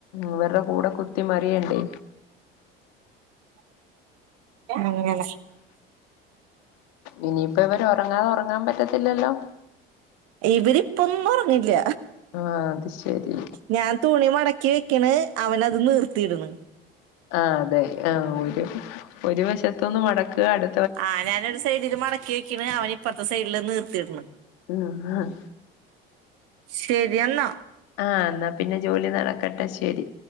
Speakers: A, on the left (about 55°); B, on the right (about 55°).
A: ഇവർടെ കൂടെ കുത്തി മറിയണ്ടേ
B: അങ്ങനെ
A: ഇനിയിപ്പോ ഇവര് ഒറങ്ങാതെ ഒറങ്ങാൻ പറ്റത്തില്ലല്ലോ
B: ഇവരിപ്പൊന്നും ഒറങ്ങില്ല
A: ആഹ് അത് ശരി
B: ഞാൻ തുണി മടക്ക ക്കി വെക്കണ് അവനത് നീർത്തിയിടണ്
A: ആഹ് അതെ ആഹ് ഒരു ഒരു വശത്തൊന്ന് മടക്കുക അടു
B: ആഹ് ഞാനൊരു സൈഡില് മടക്കി വെക്കണ് അവൻ ഇപ്പറത്തെ സൈഡില് നീർത്തിടണ്
A: ഉം
B: ശരി എന്ന
A: ആഹ് എന്നാ പിന്നെ ജോലി നടക്കട്ടെ ശരി